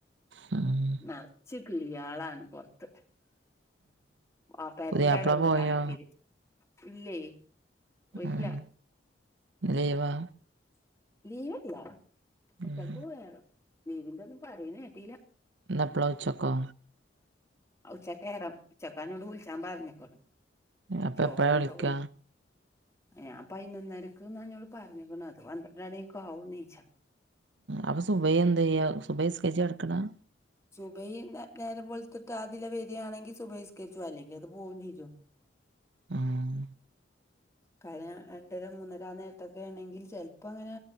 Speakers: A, on the right (about 75°); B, on the left (about 15°).
A: ആം
B: നറച്ച് കിളിയ ൾആളാണ് പൊറത്ത് ആ പെരന്റെറെ
A: പുതിയാപ്ല
B: ആട ഒന്ന്
A: പോയോ
B: കണ്ടാക്കീ ഇല്ലേ പോയിറ്റ്
A: ഉം
B: ഇല്ല
A: ഇന്ന് ലീവാ
B: ലീവ് ഇല്ല ഉച്ചക്ക്പോയറോ
A: ഉം
B: നീവിന്റെ ഒന്നും പറയ കേട്ടില്ല
A: നപ്പ്ള ഉച്ചൊക്കോ
B: ഉച്ചക്കയറ ഉച്ചക്ക എ നോട് വിളിച്ചാൻ പറഞ്ഞക്കോ
A: അപ്പൊ
B: ചോറണ്ടോ
A: എപ്പഴാ വിളിക്കാ
B: ഞാൻ പതിനൊന്നരക്ക് എന്നോട് പറഞ്ഞണു അത് പന്ത്രണ്ടാണക്കും ആവും നീ ച്ചാൻ
A: അപ്പൊ സുബയ എന്ത ചെയ്യ സുബെ നിസ്ക്കരിച്ച് കടക്ക് ണ
B: സുബൈ നേരം വെൾത്ത് താ അതില വേദയാണെങ്കിൽ സുബൈസ്കരിച്ചോ അല്ലെങ്കിൽ അത് പോകയും ച്ിച്ചോ
A: ഇം
B: കാര്യ രണ്ടരം മൂന്നര എത നേരത്തൊക്കെ ഉണെങ്കിൽ ചിലപ്പോ അങ്ങനെ